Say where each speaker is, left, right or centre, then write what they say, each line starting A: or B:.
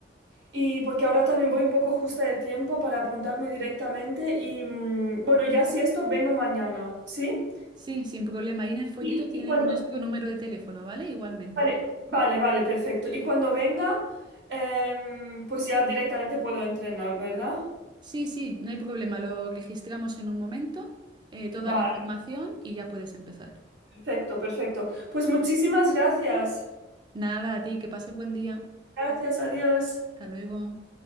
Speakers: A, on the right (about 80°); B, on the right (about 25°).
A: y porque ahora también voy un poco justa de tiempo para apuntarme directamente y mm, bueno, ya si esto, vengo mañana, ¿sí?
B: Sí, sin problema. Ahí en el folleto
A: Sí.
B: tienen
A: Y cuando...
B: nuestro número de teléfono, ¿vale? Igualmente.
A: Vale, vale, vale, perfecto. Y cuando venga, em, pues ya directamente puedo entrenar, ¿verdad?
B: Sí, sí, no hay problema. Lo registramos en un momento, eh, toda
A: Vale,
B: la información y ya puedes empezar.
A: perfecto, perfecto. Pues muchísimas gracias.
B: Nada, a ti, que pases buen día.
A: Gracias, adiós.
B: Hasta luego.